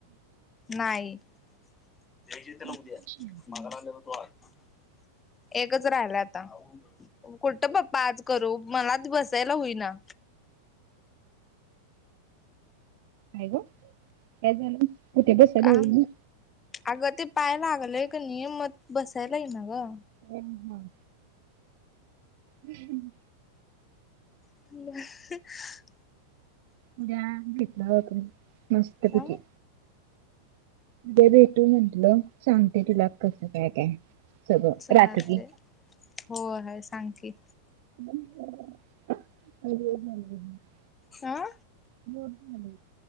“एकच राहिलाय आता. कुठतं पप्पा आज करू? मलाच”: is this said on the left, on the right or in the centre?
Left